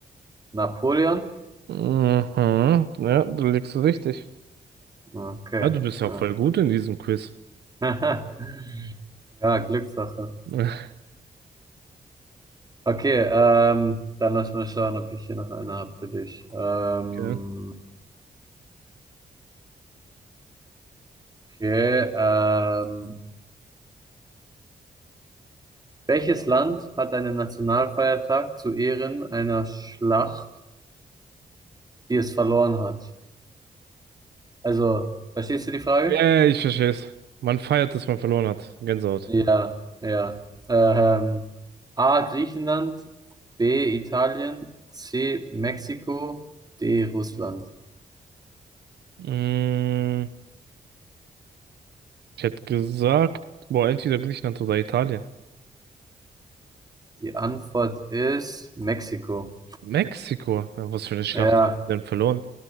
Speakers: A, on the right; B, on the right.
A: Napoleon?
B: Mhm. Ja, du liegst richtig.
A: Okay.
B: Ah, du bist ja
A: Ja.
B: voll gut in diesem Quiz.
A: <laughs> Ja, Glückssache.
B: <laughs>
A: Okay, ähm, dann lass mal schauen, ob ich hier noch eine habe für dich. Ähm,
B: Okay.
A: okay, ähm, welches Land hat einen Nationalfeiertag zu Ehren einer Schlacht, die es verloren hat? Also, verstehst du die Frage?
B: Ja, ich verstehe es. Man feiert, dass man verloren hat. Gänsehaut.
A: Ja, ja. Ähm, A. Griechenland, B. Italien, C. Mexiko, D. Russland.
B: Mm, ich hätte gesagt, boah, entweder Griechenland oder Italien.
A: Die Antwort ist Mexiko.
B: Mexiko. Ja, Was für eine Schlacht
A: Ja,
B: haben wir denn verloren?